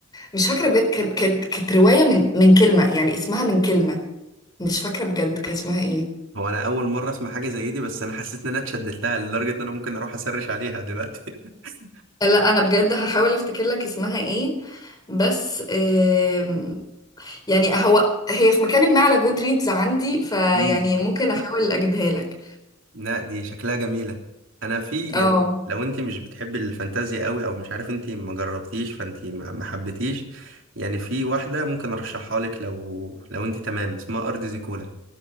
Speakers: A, on the left (about 20°); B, on the right (about 75°).
A: مش فاكرة بجد كان- كانت كانت رواية من من كلمة يعني اسمها من كلمة مش فاكرة بجد كان اسمها ايه
B: هو انا اول مره اسمع حاجه زي دي بس انا حسيت ان انا اتشدت لها لدرجه ان انا ممكن اروح اسرش عليها دلوقتي <laughs>
A: لا انا بجد هحاول افتكر لك اسمها ايه بس آم، يعني هو هي في مكان ما على جود ريدز عندي فيعني
B: امم
A: ممكن احاول اجيبها لك
B: لا دي شكلها جميلة انا في
A: اه
B: يعني لو انت مش بتحبي الفانتازيا قوي او مش عارف انت ما جربتيش فانت ما ما حبيتيش يعني في واحدة ممكن ارشحها لك لو لو انت تمام اسمها ارض زيكولا